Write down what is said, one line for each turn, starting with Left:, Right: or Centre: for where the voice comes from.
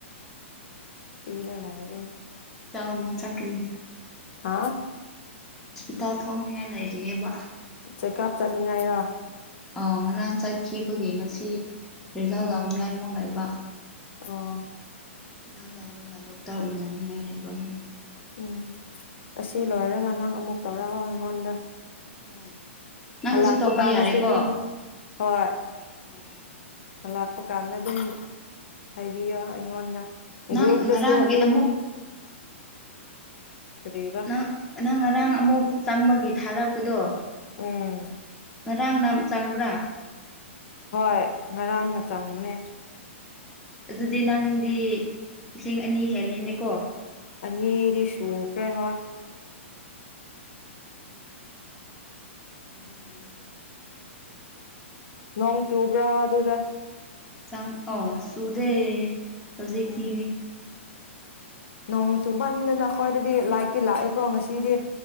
Left: ꯄꯤꯗ ꯂꯒ
Centre: ꯇꯥꯃꯣꯜ ꯆꯥꯛꯅꯤ
Left: ꯍꯥꯥ
Centre: ꯍꯣꯁꯄꯤꯇꯥꯜ ꯊꯣꯛꯅꯤꯡꯉꯥꯏ ꯂꯩꯔꯤꯑꯦꯕ
Left: ꯆꯦꯛꯀꯥꯞ ꯆꯠꯅꯤꯡꯉꯥꯏꯔꯣ
Centre: ꯑ ꯉꯔꯥꯡ ꯆꯠꯈꯤꯕꯒꯤ ꯉꯁꯤ ꯖꯜꯒꯥꯎꯅꯤꯉꯥꯏꯃꯣꯟ
Left: ꯑꯥ
Centre: ꯂꯩꯕ
Left: ꯑꯥ
Centre: ꯏꯖ ꯂꯧꯔꯒ ꯗꯣꯛꯇꯔ ꯎꯅꯅꯤꯡꯉꯥꯏ ꯂꯩꯕ ꯑꯃꯨꯛ
Left: ꯎꯝ ꯑꯁꯤ ꯂꯣꯏꯔꯒ ꯅꯪ ꯑꯃꯨꯛ ꯇꯧꯔꯛꯑꯣ ꯑꯩꯉꯣꯟꯗ
Centre: ꯍꯣꯏ ꯅꯪꯒꯤꯁꯨ
Left: ꯂꯥꯛꯄ
Centre: ꯇꯧꯕ
Left: ꯀꯥꯟꯗꯁꯨ
Centre: ꯌꯥꯔꯦꯀꯣ
Left: ꯑꯗꯨꯝ ꯍꯣꯏ
Centre: ꯑꯣ ꯑꯣ ꯑꯣ
Left: ꯂꯥꯛꯄ ꯀꯥꯟꯗ ꯑꯗꯨꯝ ꯍꯥꯏꯕꯤꯌꯣ ꯑꯩꯉꯣꯟꯗ
Centre: ꯅꯪ
Left: ꯒ꯭ꯔꯨꯞꯇꯁꯨ
Centre: ꯉꯔꯥꯡꯒꯤ
Left: ꯑꯗꯨꯝ
Centre: ꯑꯃꯨꯛ
Left: ꯀꯔꯤꯕ
Centre: ꯅꯪ ꯅꯪ ꯉꯔꯥꯡ ꯑꯃꯨꯛ ꯆꯪꯕꯒꯤ ꯊꯥꯔꯛ ꯀꯨꯗꯣꯡ
Left: ꯎꯝ
Centre: ꯉꯔꯥꯡ ꯅ ꯆꯪꯕ꯭ꯔꯥ
Left: ꯍꯣꯏ ꯉꯔꯥꯡꯅ ꯆꯪꯕꯅꯦ
Centre: ꯑꯗꯨꯗꯤ ꯅꯪꯗꯤ ꯂꯤꯁꯤꯡ ꯑꯅꯤ ꯍꯦꯂꯦꯅꯦꯀꯣ
Left: ꯑꯅꯤꯗꯤ ꯁꯨꯈ꯭ꯔꯦ ꯍꯣ
Centre: ꯎꯝ ꯑꯅ ꯃꯔꯤꯅ
Left: ꯅꯣꯡ ꯆꯨꯕ꯭ꯔꯥ ꯑꯗꯨꯗ
Centre: ꯆꯪ ꯑ ꯆꯨꯗꯦ ꯍꯧꯖꯤꯛꯇꯤ
Left: ꯎꯝ ꯅꯣꯡ ꯆꯨꯃꯟꯗꯅ ꯑꯩꯈꯣꯏꯗꯗꯤ ꯂꯥꯏꯔꯤꯛꯇꯤ ꯂꯥꯛꯑꯦꯀꯣ ꯉꯁꯤꯗꯤ